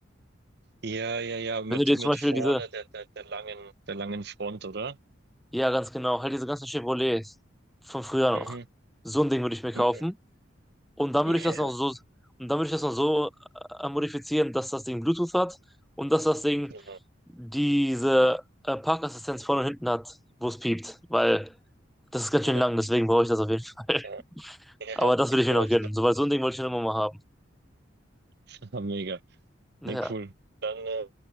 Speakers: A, on the right; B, in the centre.
A: Ja, ja, ja, mit,
B: Wenn du dir
A: mit
B: zum Beispiel
A: vorne
B: diese,
A: der, der, der langen, der langen Front, oder?
B: ja ganz genau, halt diese ganzen Chevrolets von früher noch,
A: Mhm.
B: so ein Ding würde ich mir kaufen
A: Mhm.
B: und dann
A: Yeah,
B: würde ich das noch so, und dann würde ich das noch so äh, modifizieren, dass das Ding Bluetooth hat und dass das Ding
A: Mhm.
B: diese äh, Parkassistenz vorne und hinten hat, wo es piept, weil Das ist ganz
A: Mhm.
B: schön lang, deswegen brauche ich das auf jeden Fall.
A: Ja,
B: <laughs>
A: ja,
B: Aber
A: <laughs>
B: das würde
A: die
B: ich mir
A: brauchst
B: noch gönnen.
A: du.
B: So, weil so ein Ding wollte ich schon immer mal haben.
A: <laughs> Ah, mega.
B: Ja.
A: Ne, cool. Dann, äh,